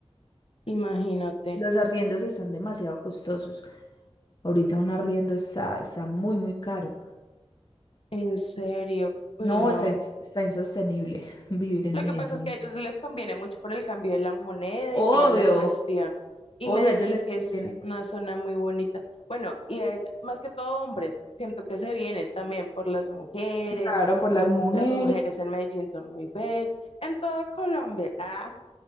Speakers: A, on the left; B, on the left.
A: Imagínate,
B: Los arriendos están demasiado costosos. Ahorita un arriendo está, está muy, muy caro.
A: en serio, uy,
B: No,
A: no.
B: está, ins- está insostenible <laughs> vivir en
A: Lo
B: Medellín.
A: que pasa es que a ellos les conviene mucho por el cambio de la moneda
B: Obvio,
A: y toda la cuestión. Y
B: obvio,
A: Medellín,
B: a ellos les
A: que
B: conviene.
A: es una zona muy bonita. Bueno, y a ellos- más que todo hombres, siento que se vienen también por las mujeres,
B: Claro,
A: porque
B: por las mujeres.
A: las mujeres en Medellín son muy bellas, en toda Colombia, ah,